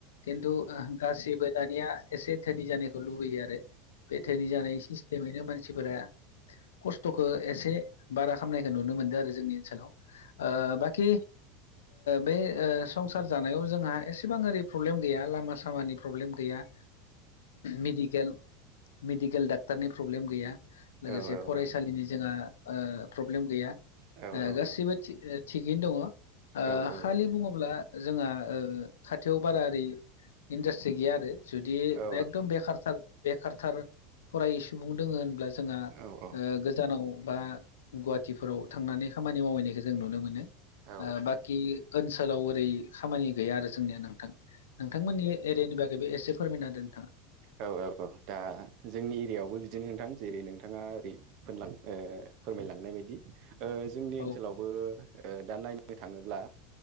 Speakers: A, on the left; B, on the right.
A: खिन्थु गासिबो दानिया एसे धोनि जानायखौ लुबैयो आरो बे धोनि जानाय सिस्टेमैनो मानसिफोरा खस्थ'खौ एसे बारा खामनायखौ नुनो मोनदों आरो जोंनि ओनसोलाव ओ बाखि बे संसार जानायाव जोंहा एसेबां ओरै प्रब्लेम गैया लामा सामानि प्रब्लेम गैया मेडिकेल मेडिकेल डाक्टारनि प्रब्लेम गैया। लोगोसे
B: औ औ
A: फरायसालिनि
B: औ
A: जोंहा प्रब्लेम गैया।
B: औ औ
A: गासैबो
B: औ
A: थिग-थिगैनो दङ
B: औ
A: खालि
B: अ
A: बुङोब्ला जोंहा खाथियाव बारा ओरै इन्डास्ट्रि गैया आरो जुदि
B: औ
A: एकदम बेखारथार बेखारथार फरायै सुबुं दोङो होनब्ला जोंआ
B: औ औ
A: गोजानाव बा गुवाहाटिफोराव थांनानै खामानि मावहैनायखौ जों नुनो मोनो।
B: औ
A: बाखि ओनसोलाव ओरै खामानि गैया आरो जोंनिया नोंथां नोंथांमोननि एरियानि बागैबो एसे फोरमायना होदो नोंथाङा।
B: औ औ औ दा जोंनि एरियायावबो बिदिनो नोंथां जेरै नोंथाङा ओरै फोरलां फोरमायलांनाय बायदि जोंनि
A: औ
B: ओनसोलावबो दा नायनो थाङोब्ला